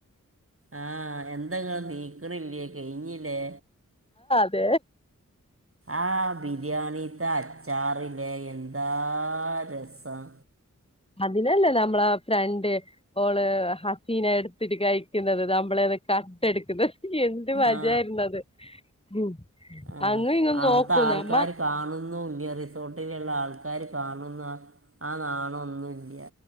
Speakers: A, on the right; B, on the left.
A: ആഹ എന്തെങ്ങെ നീക്കണില്ലയേ കഴിഞ്ഞില്ലേ
B: അത
A: ആഹ് ബീ ബരിയാണിത്ത ചാറ് ബേഗ എന്താ ന്താരസം
B: അതിനല്ലേ നമ്മളാ ഫ്രണ്ട് ഓള് ഹസീന എടുത്തിട്ട് കഴിക്കുന്നത് നമ്മള കട്ട് എടുക്കുന്നത് എന്ത് മജായിരുന്നു
A: ആ
B: അത് ഉം
A: ആ
B: അങ്ങും ഇങ്ങും
A: അവിടുത്തെ
B: നോക്കും
A: ആൾക്കാാര്
B: നമ്മ
A: കാണുന്നുല്യ റിസോർട്ടിലുള്ള ആൾക്കാ ആക്കാാര് കാണുന്ന ആ നാണ ഒന്നും ഇല്ല